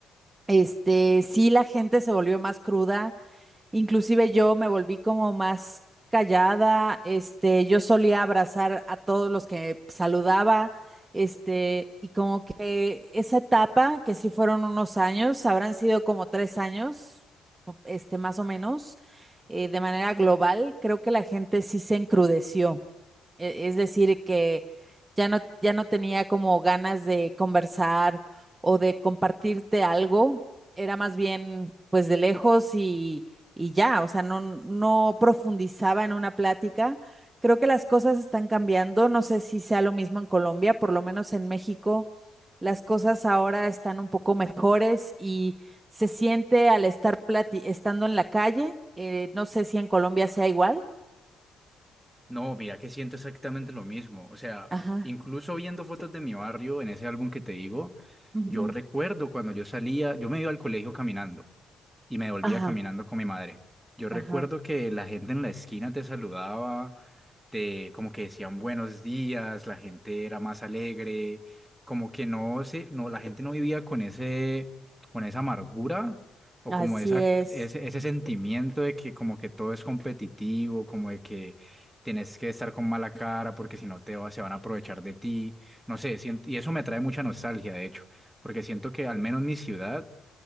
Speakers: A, on the right (about 20°); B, in the centre.
A: este, sí la gente se volvió más cruda, Inclusive yo me volví como más callada, este, yo solía abrazar a todos los que saludaba, este, y como que esa etapa, que sí fueron unos años, habrán sido como tres años, o- este, más o menos, eh, de manera global, creo que la gente sí se encrudeció. E- Es decir, que ya no, ya no tenía como ganas de conversar o de compartirte algo, era más bien pues de lejos y, y ya, o sea, no, no profundizaba en una plática. Creo que las cosas están cambiando, no sé si sea lo mismo en Colombia, por lo menos en México, las cosas ahora están un poco mejores y se siente al estar plati- estando en la calle, eh, no sé si en Colombia sea igual.
B: No, mira que siento exactamente lo mismo, o sea,
A: Ajá.
B: incluso viendo fotos de mi barrio en ese álbum que te digo,
A: ujú,
B: yo recuerdo cuando yo salía, yo me iba al colegio caminando. y me volvía
A: Ajá.
B: caminando con mi madre. Yo recuerdo
A: Ajá,
B: que la gente en la esquina te saludaba, te como que decían buenos días, la gente era más alegre, como que no se, no, la gente no vivía con ese, con esa amargura o
A: así
B: como esa,
A: es.
B: ese, ese sentimiento de que como que todo es competitivo, como de que tienes que estar con mala cara porque si no te va- se van a aprovechar de ti. No sé, sien- y eso me trae mucha nostalgia, de hecho, porque siento que al menos mi ciudad